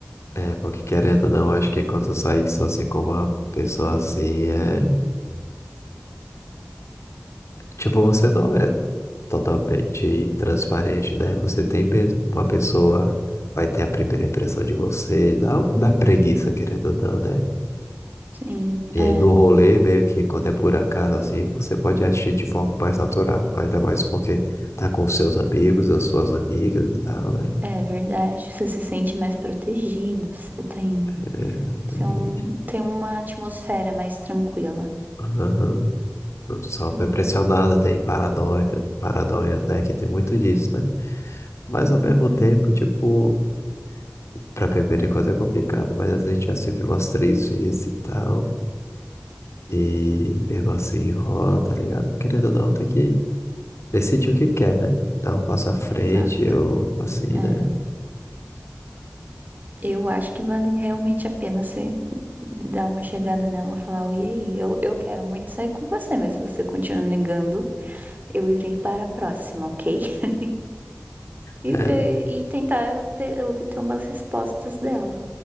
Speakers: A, on the left; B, on the right.
A: É, porque querendo ou não, acho que quando eu saí sozinho com uma pessoa assim, é. Tipo, você não é totalmente transparente, né? Você tem medo que uma pessoa vai ter a primeira impressão de você, não da preguiça, querendo ou não, né?
B: Sim,
A: E
B: é.
A: aí no rolê, meio que quando é por acaso, assim, você pode agir de forma mais natural, ainda mais porque tá com seus amigos as suas amigas e tal, né?
B: É verdade, você se sente mais protegido, você tem,
A: É, exatamente.
B: tem, um, tem uma atmosfera mais tranquila.
A: Aham. Só
B: É,
A: foi pressionado, tem paranoia, paranoia, né? Que tem muito disso, né? Mas
B: uhum,
A: ao mesmo tempo, tipo. Pra primeiro encontro é complicado, mas a gente já se viu umas três vezes e tal. E mesmo assim enrola, tá ligado? Querendo ou não, tem que decidir o que quer, né? Dar um passo à frente
B: exato.
A: ou assim,
B: É,
A: né?
B: eu acho que vale realmente a pena você dar uma chegada nela e falar, oi, e aí, eu, eu quero muito sair com você, mas se você continuar negando, eu irei para a próxima, ok? <laughs> E
A: É,
B: ver, e tentar pe- obter umas respostas dela,